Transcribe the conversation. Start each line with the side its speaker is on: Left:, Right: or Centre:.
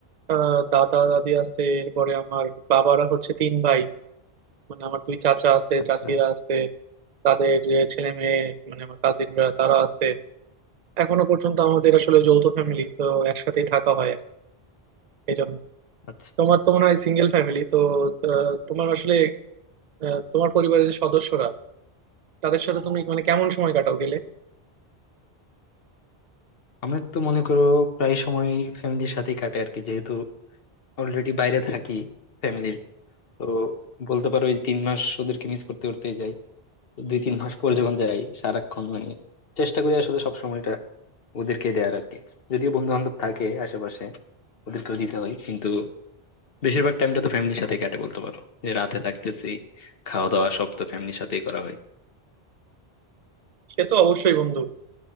Right: আহ, দাদা দাদি আছে এরপরে আমার বাবারা হচ্ছে তিন ভাই মানে আমার দুই চাচা আছে
Left: আচ্ছা
Right: চাচিরা আছে তাদের যে ছেলে মেয়ে মানে আমার কাজিনরা তারা আছে এখনো পর্যন্ত আমাদের আসলে যৌথ ফ্যামিলি তো একসাথেই থাকা হয় আর কি। এই জন্য
Left: আচ্ছা
Right: তোমার তো মনে হয় সিঙ্গেল ফ্যামিলি তো আহ, তোমার আসলে আহ, তোমার পরিবারের যে সদস্যরা তাদের সাথে তুমি মানে কেমন সময় কাটাও গেলে
Left: আমার তো মনে করো প্রায় সময় ফ্যামিলির সাথেই কাটে আর কি যেহেতু অলরেডি বাইরে থাকি ফ্যামিলির তো বলতে পারো এই তিন মাস ওদেরকে মিস করতে করতেই যাই দুই তিন মাস পর যখন যাই সারাক্ষণ মানে চেষ্টা করি আসলে সব সময়টা ওদেরকে দেয়ার আর কি যদিও বন্ধু বান্ধব থাকে আশেপাশে ওদেরকেও দিতে হয় কিন্তু বেশিরভাগ টাইমটা তো ফ্যামিলির সাথে কাটে বলতে পারো যে রাতে থাকতেছি খাওয়া দাওয়া সব তো ফ্যামিলির সাথেই করা হয়
Right: সে তো অবশ্যই বন্ধু